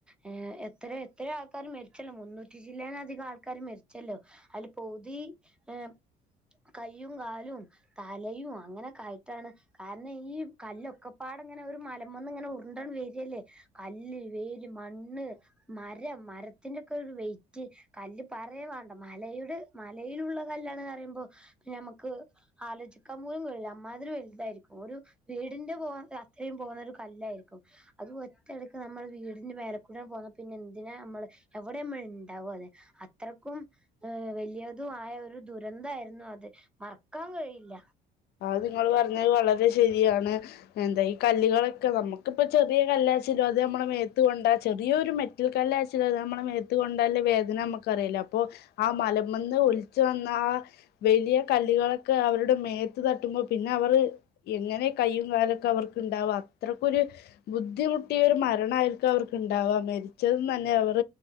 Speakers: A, in the centre; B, on the left (about 70°).
A: ഏ എത്ര എത്ര ആൾക്കർ മരിച്ചല്ലോ മുന്നൂറ്റി ചില്ലുവാനം അധികം ആൾക്കാ ക്ക മരിച്ചല്ലോ അതി പതി ഏ കയയും കാലും തലയും അങ്ങനെയൊക്കെ ആയിട്ടാണ് കാരണം ഈ കല്ലൊക്കെപ്പാ ങ്ങനെ ഒരു മലമന്ന് ഇങ്ങനെ ഉരുണ്ടൻ വരില്ലേ കല്ല് വേല് മണ്ണ് മരം മരത്തിൻ്റെ ഒക്കെ ഒരു വേറ്റ് <unintelligible> പറയ വണ്ട മലയുടെ മലയിലുള്ള കല്ലണ പറയുമ്പോ നമ്മക്ക് ആലോചിക്കാൻ അമ്മാതിരി വലുതായിരിക്കും ഒരു വീടിന്റെ പോ അത്രയും പോകുന്ന ഒരു കല്ലായിരിക്കും അത് അടക്ക് നമ്മൾ വീടിന്റെ മേലക്കൂട പോകന്ന പിന്നെ എന്തിനാ നമ്മള് എവിടെ നമ്മൾ ഉണ്ടാകും അതെ അത്രയ്ക്കും ഏ വലിയതു ആമായ ഒരു ദുരന്തമായിരുന്നു അത് മറക്കാൻ കഴിയില്ല
B: ആ നിങ്ങള് പറഞ്ഞത് വളരെ ശരിയാണ് എന്താ ഈ കല്ലുകളൊക്കെ നമ്മുക്കിപ്പൊ ചെറിയ കല് ച്ച അത് നമ്മൾ മേത്തുക കൊണ്ടാ ചെറിയൊരു മെറ്റൽ കല് ആച്ചാല അ നമ്മള മത്ത് കൊണ്ടാലല്ല വേദന നമുക്ക അറിയില്ല അപ്പൊ ആ മലമന്ന് ഒലിച്ചു വന്ന ആ വലിയ കല്ലികളൊക്കെ അവരുടെ മേ തട്ടുമ്പോ പിന്നെ അവർ എങ്ങനെ കയും കാലൊക്കെ അവർക്ക് ഉണ്ടാവും അത്രക്കരു ബുദ്ധി കുട്ടിയ ഒരു മരണായിരിക്കും അവർക്ക്ണ്ടാവുക മരിച്ചത തന്നെ അവർ